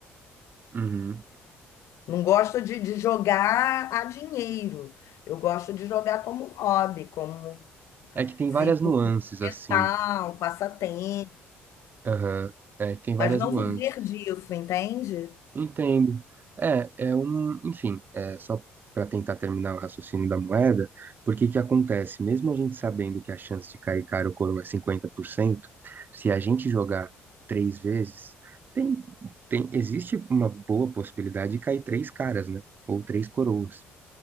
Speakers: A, on the right; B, on the left.
A: Uhum.
B: Não gosto de, de jogar a dinheiro. Eu gosto de jogar como hobby, como
A: É que tem
B: desenvolvimento
A: várias nuances,
B: mental,
A: assim.
B: passatempo,
A: Aham. É que tem várias
B: mas não
A: nuances.
B: viver disso, entende?
A: Entendo. É, é um. Enfim, é só pra tentar terminar o raciocínio da moeda, porque que acontece? Mesmo a gente sabendo que a chance de cair cara ou coroa é cinquenta por cento se a gente jogar três vezes, tem, tem, existe uma boa possibilidade de cair três caras, né? Ou três coroas.